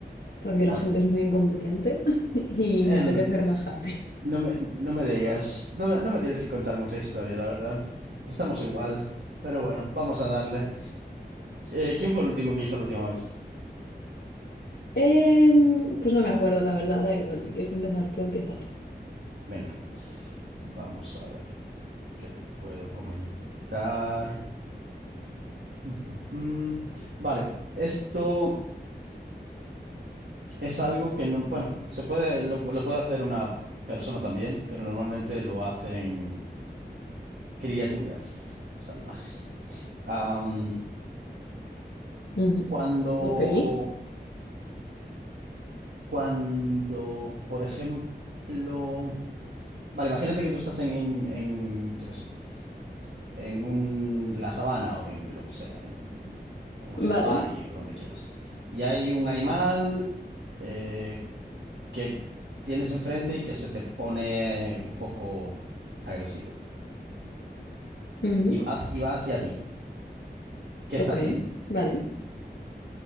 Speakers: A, on the left; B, on the right.
A: porque
B: vale.
A: la gente es muy incompetente <laughs> y
B: El,
A: me apetece relajarme.
B: no me, no me digas, no me, no me tienes que contar mucha historia, la verdad. Estamos igual, pero bueno, vamos a darle. Eh, ¿quién fue el último que hizo la última vez?
A: Em, pues no me acuerdo, la verdad, da igual. Si quieres empezar tú, empieza tú.
B: Venga, vamos a ver qué te puedo comentar. <laughs> Ujujú. Vale, esto es algo que no, bueno, se puede, lo, pu- lo puede hacer una persona también, pero normalmente lo hacen criaturas salvajes. Am,
A: Ujú.
B: cuando,
A: Ok.
B: cuando, por ejemplo, vale, imagínate que tú estás en, en, en, yo qué sé, en un, la sabana o en lo que sea, en un, en un
A: Vale.
B: safari o donde quieras, y hay un animal eh, que tienes enfrente y que se te pone eh, un poco agresivo
A: Ujú.
B: y va, hac- y va hacia ti. ¿Qué está
A: Ok,
B: haciendo?
A: vale.